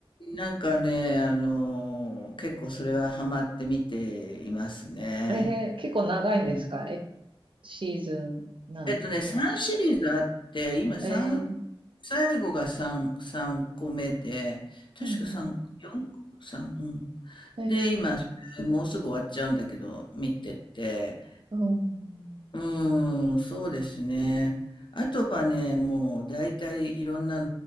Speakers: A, on the left (about 55°); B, on the right (about 60°).
A: なんかね、あのー結構それはハマって見ていますね。
B: ー結構長いんですかえ、
A: うん
B: シーズンなんとか。
A: えっとね、3シリーズあって、今3、
B: えー
A: 最後が3、三個目で、確か三4、
B: うん、うん。
A: 三うん。
B: ええ
A: で、今、それもうすぐ終わっちゃうんだけど、見てて、
B: うん。
A: うーん、そうですね。あとはね、もう大体いろんな、